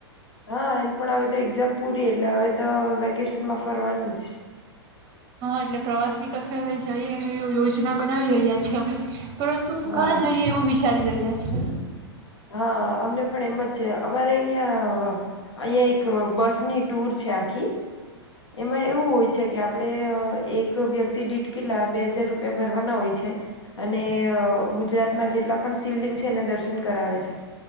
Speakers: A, on the left; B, on the right.
A: હા એમ પણ હવે તો એક્ઝામ પૂરી એટલે હવે તો વેકેશનમાં ફરવાનું જ.
B: હા એટલે પ્રવાસ ની કસે હવે જઈ એ એ યોજના બનાવી રહ્યા છે અમે. પરંતુ
A: હા
B: કાં જઈએ એવું વિચારી ગ્યા છે.
A: હા અમને પણ એમ જ છે અમારે અહં અહીં એક બસની ટુર છે આખી. એમાં એવું હોય છે કે આપડે એક વ્યક્તિ દીઠ કિલ્લા બે હજાર રૂપિયા ભરવાના હોય છે, અને ગુજરાતમાં જેટલા પણ શિવલિંગ છે એના દર્શન કરાવે છે,